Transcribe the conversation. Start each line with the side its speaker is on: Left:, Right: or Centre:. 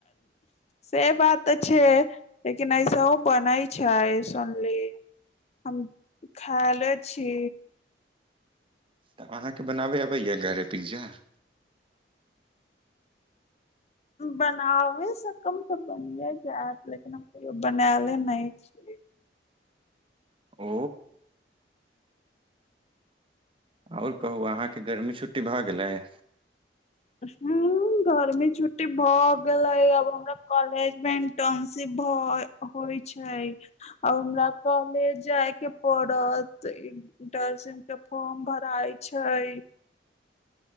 Left: से बात तऽ छै लेकिन ऐस बनै छै सुनली हम खायले छी।
Right: तऽ अहाँकेँ बनाबे अबैया गरे पिज्जा
Left: बनाबे सकल तऽ बने जायत लेकिन हम कहियो बनाले नै छीय
Right: ओ आओर कहू अहाँके गर्मी छुट्टी भऽ गेलैय
Left: हूँ गोर्मी छुट्टी भऽ गेले अब हमरा कॉलेज मे इंटर्नशिप भ होइ छै आब हमरा कॉलेज जाय के पड़त इर्टनसन के फॉर्म भराय छै